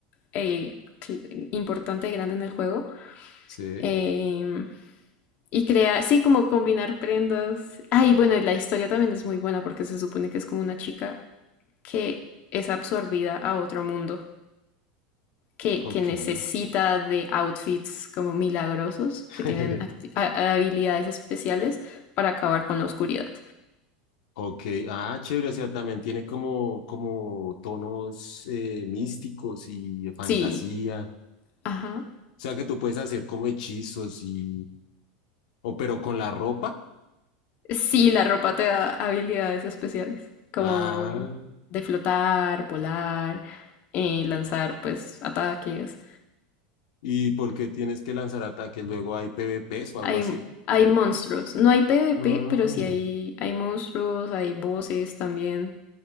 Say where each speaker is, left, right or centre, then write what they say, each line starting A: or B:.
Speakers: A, on the left; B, on the left.
A: eh, cl- importante y grande en el juego.
B: Sí,
A: Em, y crear, sí, como combinar prendas. Ay, bueno, y la historia también es muy buena porque se supone que es como una chica que es absorbida a otro mundo, que,
B: ok.
A: que necesita de outfits como milagrosos,
B: <laughs>
A: que tienen acti- a- habilidades especiales para acabar con la oscuridad.
B: Ok, ah, chévere, o sea, también tiene como, como tonos eh, místicos y de fantasía.
A: Sí, ajá.
B: O sea que tú puedes hacer como hechizos y... O pero con la ropa.
A: Sí, la ropa te da habilidades especiales, como
B: Ah,
A: de flotar, volar, eh, lanzar pues ataques.
B: ¿y por qué tienes que lanzar ataques? Luego hay PvPs o algo
A: Hay,
B: así.
A: hay monstruos. No hay PvP,
B: Ah,
A: pero sí hay, hay monstruos, hay voces también.